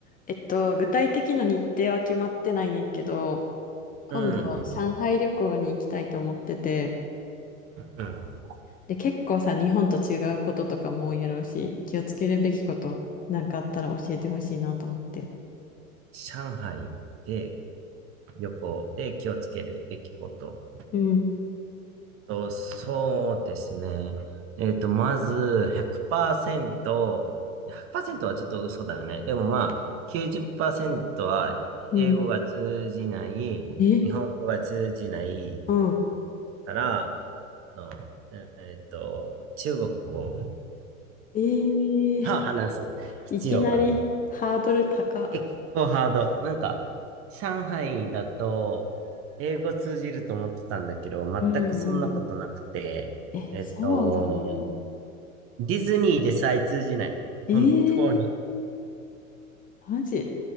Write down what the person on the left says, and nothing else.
えっと、具体的な日程は決まってないねんけど、今度、
上海旅行に行きたいと思ってて、
で、結構さ、日本と違うこととかも多いやろうし、気をつけるべきことなんかあったら教えてほしいなと思って。
うん、
うん。え、
うん。
え
ー、いきなりハードル高。
うんうん。え、
そうなんよ。
えー、
マジ